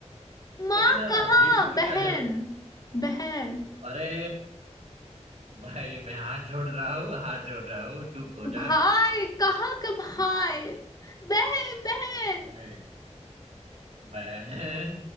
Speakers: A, on the left (about 30°); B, on the right (about 70°).
A: माँ
B: लेकिन
A: कहाँ
B: गिफ्ट की
A: बहन
B: क्या जरूरत
A: बहन
B: अरे भाई मैं हाथ जोड़ रहा हूँ हाथ जोड़ रहा हूँ चुप हो जा
A: भाई कहाँ का भाई
B: तू
A: बहन बहन
B: अरे बहन